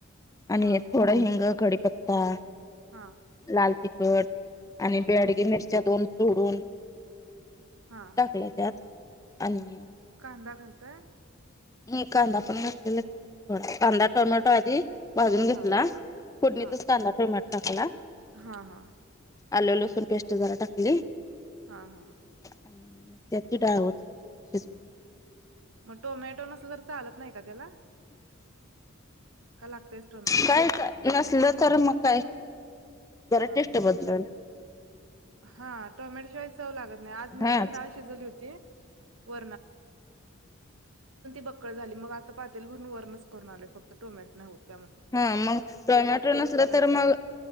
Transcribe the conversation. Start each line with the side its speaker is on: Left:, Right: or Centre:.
Left: आणि
Right: हा
Left: थोडं हिंग कडीीपत्ता
Right: हा
Left: लाल तिखट आणि बेडगे
Right: हा
Left: मिरच्या दोन तोडून
Right: हा
Left: टाकल्या त्यात आणि
Right: कांदा घालताय
Left: हम कांदा पण घातलेला थोडा कांदा टोमॅटो आधी भाजून घेतला
Right: हा
Left: पुोडणीतच
Right: हा
Left: कांदा टोमॅटो टाकायला
Right: हा हा
Left: आलू लसूण पेस्ट जरा टाकली
Right: हा हा
Left: आणि मग त्यातची डाळ होत श
Right: मग टोमॅटो नसल तर चालत नाही का त्याला का लागतयच टोमॅटो
Left: काय नसलं तर मग काय जरा
Right: हा
Left: टेस्ट
Right: म्हणजे
Left: बदलल.
Right: हा टोमॅट शिवाय जा ला आज मी
Left: हा
Right: पण डाळ शिजली होती व बक्कळ झाली मग आता पात्याल भरून वरणच करून आले फक्त टोमॅट नवत
Left: हा मग टोमॅटो नसल
Right: करायचं
Left: तर मग